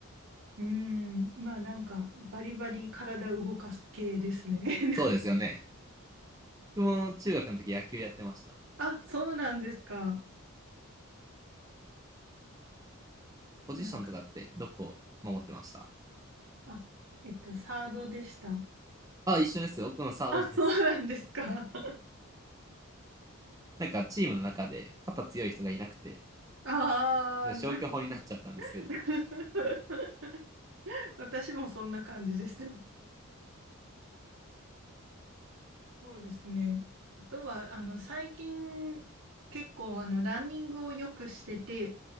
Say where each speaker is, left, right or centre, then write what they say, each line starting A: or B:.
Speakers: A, on the right; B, on the right.
A: うん、まあなんかバリバリ体動かす系ですね。
B: そうですよね。僕も中学の時野球やってました。
A: <laughs> あ、そうなんですか。
B: ポジションとかってどこ守ってました
A: なんか、あ、えっと、サードでした。
B: あ、一緒です。僕のサードです。
A: あ、そうなんですか。<laughs>
B: なんかチームの中で肩強い人がいなくて、
A: ああ、
B: なんか消去法になっちゃったんですけど。
A: な <laughs> 私もそんな感じです。そうですね。あとは、あの、最近、結構、あの、ランニングをよくしてて、